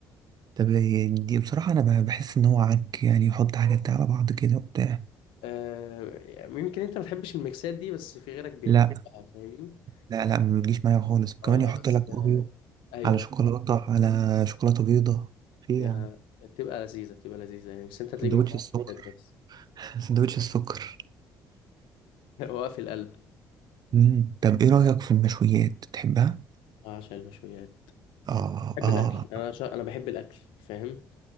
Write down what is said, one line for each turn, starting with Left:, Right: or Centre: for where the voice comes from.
Right: طب دي بصراحة أنا ب- بحس إن هو عك يعني يحط حاجات على بعض كده وبتاع
Left: آه، يمكن انت ما بتحبش الميكسات دي بس في غيرك بيحبها
Right: لا
Left: فاهمني
Right: لا لا ما بتجيش معايا خالص وكمان
Left: اه لا
Right: يحط
Left: بس
Right: لك
Left: آه،
Right: أوريو
Left: ايوه
Right: على شوكولاتة على شوكولاتة بيضة في إيه
Left: هي
Right: يا عم
Left: بتبقى لذيذه بتبقى لذيذه يعني بس انت هتلاقيك
Right: سندوتش
Left: ما بتحبش
Right: السكر
Left: المشويات بس
Right: سندوتش السكر
Left: <laughs> هو في القلب
Right: مم. طب ايه رأيك في المشويات بتحبها؟
Left: آه، عشان المشويات
Right: اه
Left: بحب
Right: اه
Left: الاكل انا شا... انا بحب الاكل فاهم